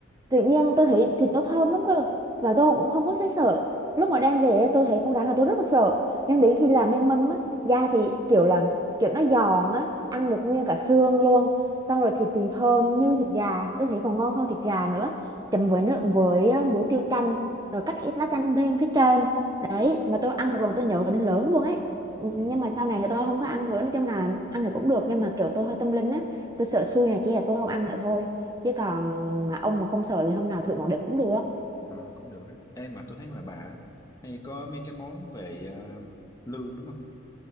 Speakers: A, on the right (about 20°); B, on the left (about 20°).
A: tự nhiên tôi thấy thịt nó thơm lắm cơ Và tôi cũng không có thấy sợ Lúc mà đem về ấy, tôi thấy con rắn là tôi rất là sợ Nhưng đến khi làm nên mâm á Da thì kiểu là kiểu nó giòn á Ăn được nguyên cả xương luôn Xong rồi thịt thì thơm như thịt gà Tôi thấy còn ngon hơn thịt gà nữa Chấm với nước với á, muối tiêu chanh Rồi cắt ít lá chanh lên phía trên Đấy mà tôi ăn một lần tôi nhớ đến lớn luôn ấy Ừ,
B: Ừ,
A: nhưng mà sau này thì tôi không có ăn nữa nói chung là ăn thì cũng được nhưng mà kiểu tôi hơi tâm linh á tôi sợ xui này kia là tôi không ăn nữa thôi chứ còn mà ông mà không sợ thì hôm nào thử một đợt cũng được
B: ờ, cũng được á. Ê mà tôi thấy ngoài bà á, hay có mấy cái món về à, lương đúng không?